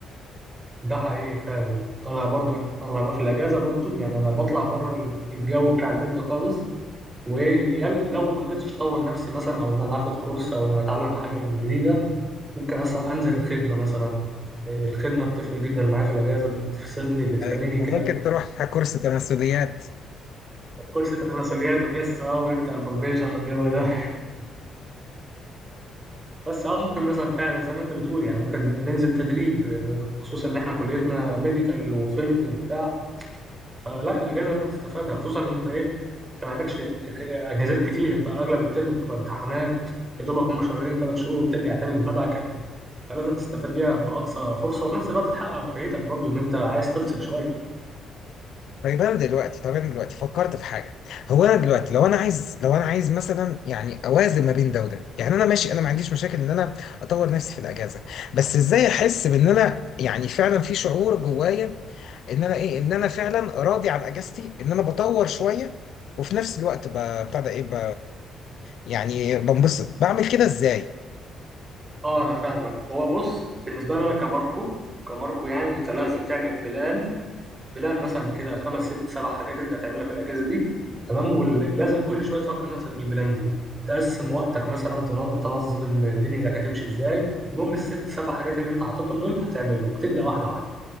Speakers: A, on the right; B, on the left.
A: ده حقيقي فعلا انا برضو انا بقى في الاجازه برضو يعني انا بطلع بره الجو بتاع البيت ده خالص ولو ما قدرتش اطور نفسي مثلا او ان انا اخد كورس او ان انا اتعلم حاجه من جديده ممكن مثلا انزل الخدمه مثلا إيه، الخدمه بتفرق جدا معايا في الاجازه بتفصلني بتخليني
B: أيوة وممكن
A: كده
B: تروح كورس تناسليات
A: كورس تناسليات وجسه وريكت بالبيشن والجو ده بس اه ممكن مثلا فعلا زي ما انت بتقول يعني ممكن ننزل تدريب ب- بخصوص ان احنا كليتنا ميديكال وفيلد وبتاع فلا الاجازه لازم تستفادها خصوصا ان انت ايه انت ما عندكش اجازات كتير انت اغلب الترم بتبقى امتحانات يا دوبك هم شهرين ثلاث شهور وبترجع تاني للمدعكه فلازم تستفاد بيها باقصى فرصه وفي نفس الوقت تحقق رفاهيتك برضو ان انت عايز تفصل شويه
B: طيب انا دلوقتي طب انا دلوقتي فكرت في حاجه هو انا دلوقتي لو انا عايز لو انا عايز مثلا يعني اوازن ما بين ده وده يعني انا ماشي انا ما عنديش مشاكل ان انا اطور نفسي في الاجازه بس ازاي احس بان انا يعني فعلا في شعور جوايا ان انا ايه ان انا فعلا راضي عن اجازتي ان انا بطور شويه وفي نفس الوقت ب- بتاع ده ايه ب... يعني بنبسط بعمل كده ازاي
A: اه انا فاهمك هو بص بالنسبه لي انا كماركو كماركو يعني انت لازم تعمل بلان بلان مثلا كده خمس ست سبع حاجات انت هتعملها في الاجازه دي تمام ولازم كل شويه تفكر نفسك بالبلان دي تقسم وقتك مثلا تن- تنظم دنيتك هتمشي ازاي المهم الست سبع حاجات اللي انت حاططهم دول هتعملهم تبدا واحده واحده